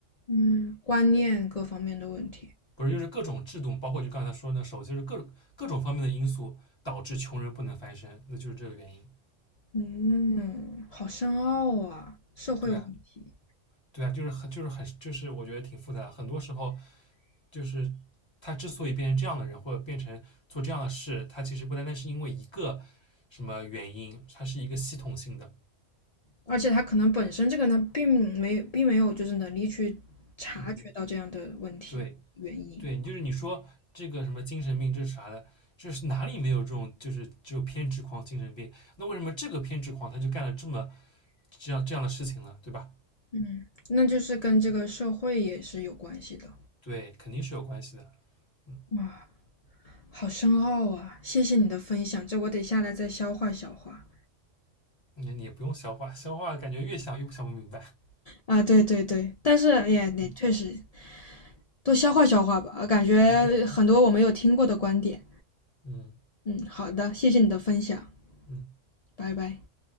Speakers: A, on the left; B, on the left.
A: 嗯，观念各方面的问题。
B: 不是就是各种制度，包括就刚才说那手，就是各各种方面的因素导致穷人不能翻身，那就是这个原因。
A: 嗯，好深奥啊，社会问题。
B: 对啊，对啊，就是很就是很就是我觉得挺复杂的，很多时候就是他之所以变成这样的人，或者变成做这样的事，他其实不单单是因为一个什么原因，它是一个系统性的。
A: 而且他可能本身这个人他并没并没有就是能力去察觉到这样的问题原因。
B: 嗯，对对，你就是你说这个什么精神病，这是啥的？这是哪里没有这种就是只有偏执狂、精神病？那为什么这个偏执狂他就干了这么这样这样的事情呢？对吧？
A: 嗯，那就是跟这个社会也是有关系的。
B: 对，肯定是有关系的。嗯，
A: 哇，好深奥啊！谢谢你的分享，这我得下来再消化消化。
B: 你你也不用消化，消化感觉越想越不想不明白。
A: 啊，对对对，但是哎呀，你确实
B: 嗯
A: 多消化消化吧，感觉很多我没有听过的观点。
B: 嗯。嗯
A: 嗯，好的，谢谢你的分享，
B: 嗯
A: 拜拜。